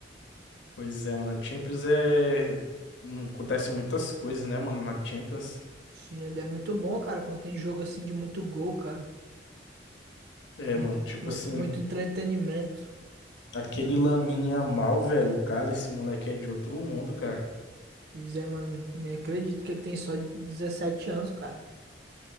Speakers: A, on the left; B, on the right.
A: pois é, mano. A Champions é. hum, Acontece muitas coisas, né, mano, na Champions.
B: Sim, é é muito bom, cara, quando tem jogo assim de muito gol, cara.
A: É,
B: Muito,
A: mano, tipo assim.
B: muito entretenimento.
A: Aquele Lamine Yamal, velho, cara, esse moleque é de outro mundo, cara.
B: Pois é, mano. Nem acredito que ele tem só 17 anos, cara.